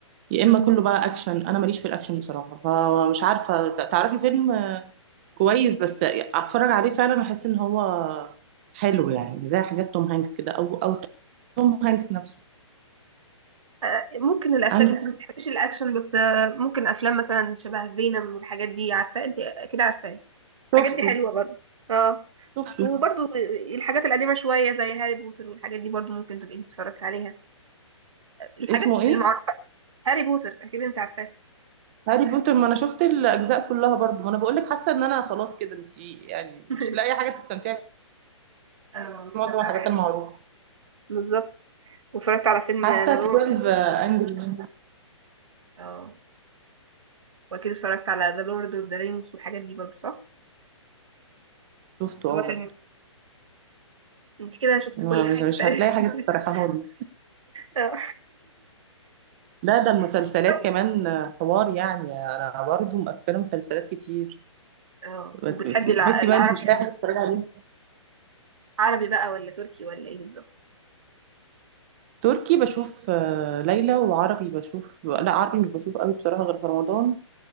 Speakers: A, on the right; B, on the right.
A: يا اما
B: مهم.
A: كله بقى اكشن انا ماليش في الاكشن بصراحة فمش عارفة ت- تعرفي فيلم آه، كويس بس اتفرج عليه فعلا احس ان هو حلو يعني زي حاجات توم هانكس كده او او توم هانكس نفسه
B: آه، ممكن الافلام
A: انا
B: انت ما بتحبيش الاكشن بس آه، ممكن افلام مثلا شبه فينوم والحاجات دي عارفاه انت اكيد عارفاه الحاجات
A: شفته
B: دي حلوه برضه اه
A: شفته
B: وبرضو الحاجات القديمه شويه زي هاري بوتر والحاجات دي برضو ممكن تبقي انت اتفرجت عليها الحاجات
A: اسمه ايه
B: المعروفه هاري بوتر اكيد انت عارفاه
A: هاري بوتر ما انا شفت الاجزاء كلها برضو ما انا بقول لك حاسه ان انا خلاص كده انت يعني
B: <laughs>
A: مش لاقي حاجه تستمتعي
B: انا برضه اتفرجت
A: بمعظم
B: على
A: الحاجات
B: حاجات
A: المعروفه
B: كتير بالظبط واتفرجت على فيلم
A: حتى
B: ذا
A: 12
B: لورد
A: انجري مان
B: اه واكيد اتفرجت على ذا لورد اوف ذا رينجز والحاجات دي برضه صح
A: شفته
B: اللي
A: اه
B: هو فيلم
A: برضو
B: انت كده شفت
A: ما-
B: كل حاجه
A: مش مش
B: تقريباً.
A: هتلاقي حاجه
B: <laughs>
A: تفرحها لي
B: اه
A: لا ده المسلسلات
B: طيب.
A: كمان حوار يعني انا برضو مقفله مسلسلات كتير
B: اه
A: بت-
B: وبتحبي
A: بت-
B: الع-
A: تحسي
B: العربي
A: بقى انت مش لاقي حاجه تتفرجي عليها
B: عربي بقى ولا تركي ولا ايه بالظبط
A: تركي بشوف آه، ليلى وعربي بشوف لا عربي مش بشوف قوي بصراحه غير في رمضان